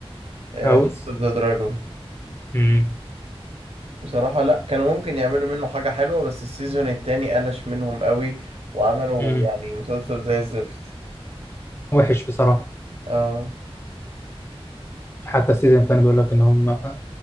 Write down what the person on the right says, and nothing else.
هاوس
اوف ذا دراجون
بصراحة لا كانوا ممكن يعملوا منه حاجة حلوة بس السيزون التاني قلش منهم قوي وعملوا
يعني مسلسل زي الزفت
اه